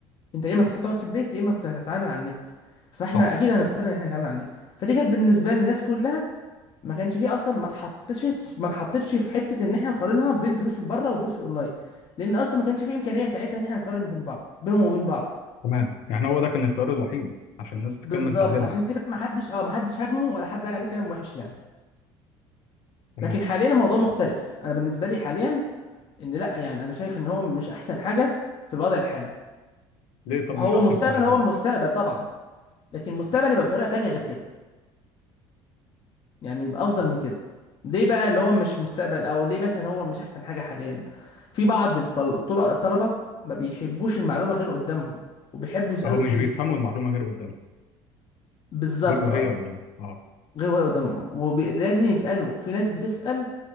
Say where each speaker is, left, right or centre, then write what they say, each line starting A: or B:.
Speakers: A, on the left; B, on the left.
A: انت يا اما كنت تقعد في البيت يا اما كنت هتتعامل على النت فاحنا
B: صح
A: اكيد هنختار ان احنا نتعامل على النت فدي كانت بالنسبه للناس كلها ما كانش فيه اصلا ما اتحطتش ما اتحطتش في حته ان احنا نقارنها بين الدروس اللي بره والدروس الاونلاين لان اصلا ما كانش فيه امكانيه ساعتها ان احنا نقارن بين بعض بينهم وبين بعض
B: تمام يعني هو ده كان الخيار الوحيد عشان الناس تكمل
A: بالظبط
B: تعليمها
A: عشان كده ما حدش اه ما حدش هاجمه ولا حد قال عليه كلام وحش يعني
B: تمام
A: لكن حاليا الموضوع مختلف انا بالنسبه لي حاليا ان لا يعني انا شايف ان هو مش احسن حاجه في الوضع الحالي
B: ليه طب
A: وهو
B: مش احسن
A: المستقبل
B: حاجه دلوقتي
A: هو المستقبل طبعا لكن المستقبل يبقى بطريقه تانية غير كده يعني يبقى افضل من كده ليه بقى اللي هو مش مستقبل او ليه مثلا هو مش احسن حاجه حاليا في بعض الطل- الطل- الطلبه ما بيحبوش المعلومه غير قدامهم وبيحبوا يسالوا
B: اهو مش
A: كتير
B: بيفهموا المعلومه غير قدامه
A: بالظبط
B: غير وهي
A: اه
B: قدامه اه
A: غير ولا قدامهم اه ولازم يسالوا في ناس بتسال